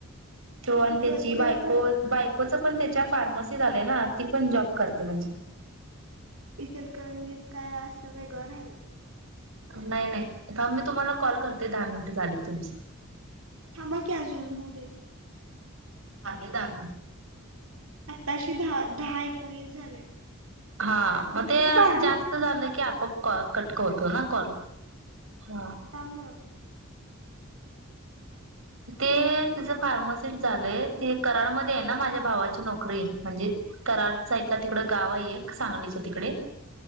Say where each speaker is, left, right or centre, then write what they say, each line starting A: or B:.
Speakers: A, on the right; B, on the right.
A: तो आणि
B: कुठं
A: त्याची
B: इचलकर
A: बायको बायकोचं पण त्याच्या फार्मसी झाले ना ती पण जॉब करते म्हणजे
B: इथलकरणजीत काय असं वेगं आहे
A: नाही नाही तर मी तुम्हाला कॉल करते दहा मिनट झाले तुमचे
B: थांमाकी अजून होऊ दे
A: हे दहा
B: आत्ताश दहा दहा एकोणीस झाले
A: हा मग ते असं
B: बारा
A: जास्त
B: मि
A: झालं की आपप क कटकवतो ना कल हा
B: काम
A: ते तिचं फार्मसिस्ट झालंय ते कराडमध्येध्ये आहे ना माझ्या भावाची नोकरी म्हणजे कराड साइडला तिकड गाव आहे एक सांगलीच तिकडे